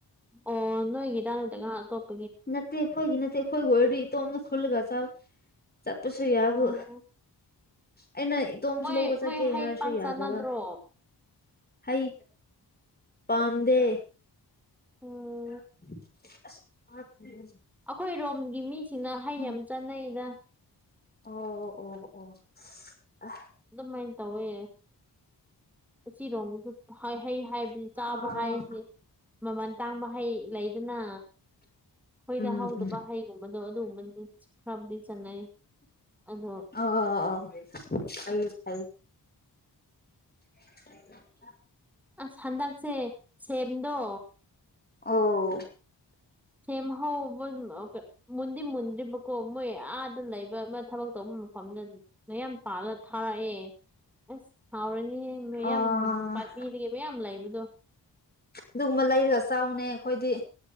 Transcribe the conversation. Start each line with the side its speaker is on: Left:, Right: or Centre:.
Centre: ꯑꯣ ꯅꯣꯏꯒꯗꯅꯠ <inaudible>
Left: ꯅꯠꯇꯦ ꯈꯣꯏꯒꯤ ꯅꯠꯇ ꯈꯣꯏ ꯑꯣꯏꯔꯗꯤ ꯏꯇꯣꯝꯗ ꯈꯣꯜꯂꯒ ꯆ ꯆꯠꯄꯁꯨ ꯌꯥꯕꯨ
Centre: ꯑꯣ
Left: ꯑꯩꯅ ꯏꯇꯣꯝꯁꯨ
Centre: ꯃꯣꯏ
Left: ꯂꯧꯕ ꯆꯠꯀꯦ
Centre: ꯃꯣꯏ ꯍꯩ
Left: ꯍꯥꯏꯔꯁꯨ
Centre: ꯄꯥꯡ
Left: ꯌꯥꯗꯕ
Centre: ꯆꯥꯟꯅꯗ꯭ꯔꯣ
Left: ꯍꯩ ꯄꯥꯝꯗ
Centre: ꯎꯝ
Left: <inaudible>
Centre: ꯑꯩꯈꯣꯏ ꯔꯣꯝꯒꯤ ꯃꯤꯁꯤꯅ ꯍꯩ
Left: ꯎꯝ
Centre: ꯌꯥꯝ ꯆꯠꯅꯩꯗ
Left: ꯑꯣ ꯑꯣ ꯑꯣ ꯑꯣ ꯑ
Centre: ꯑꯗꯨꯃꯥꯏꯅ ꯇꯧꯋꯦ ꯑꯁꯤꯔꯣꯝꯁꯨ ꯍꯩ ꯍꯥꯏꯕꯁꯤ ꯆꯥꯕ
Left: ꯑꯣ
Centre: ꯍꯥꯏꯁꯦ ꯃꯃꯜ ꯇꯥꯡꯕ ꯍꯩ ꯂꯩꯗꯅ ꯑꯩꯈꯣꯏꯗ
Left: ꯎꯝ
Centre: ꯍꯧꯗꯕ
Left: ꯎꯝ
Centre: ꯍꯩꯒꯨꯝꯕꯗꯣ ꯑꯗꯨꯒꯨꯝꯕꯅ ꯈꯔꯕꯨꯗꯤ ꯆꯠꯅꯩ ꯑꯗꯣ
Left: ꯑꯣ ꯑꯣ ꯑꯣ ꯑꯩ ꯐꯩ <inaudible>
Centre: ꯑꯁ ꯍꯟꯗꯛꯁꯦ ꯁꯦꯝꯗꯣ
Left: ꯑꯣ
Centre: ꯁꯦꯝꯍꯧꯕ ꯃꯨꯟꯗꯤ ꯃꯨꯟꯗ꯭ꯔꯤꯕꯀꯣ ꯃꯣꯏ ꯑꯥꯗ ꯂꯩꯕ ꯑꯃ ꯊꯕꯛ ꯑꯇꯣꯞꯄ ꯃꯐꯝꯗ ꯃꯌꯥꯝ ꯄꯥꯜꯂ ꯊꯥꯔꯛꯑꯦ ꯑꯁ ꯍꯥꯎꯔꯅꯤꯍ ꯃꯌꯥꯝ
Left: ꯑꯣ
Centre: ꯄꯥꯝꯕꯤꯗꯒꯤ ꯃꯌꯥꯝ ꯂꯩꯕꯗꯣ
Left: ꯑꯗꯨꯒꯨꯝꯕ ꯂꯩꯔꯒ ꯆꯥꯎꯅꯤ ꯑꯩꯈꯣꯏꯗꯤ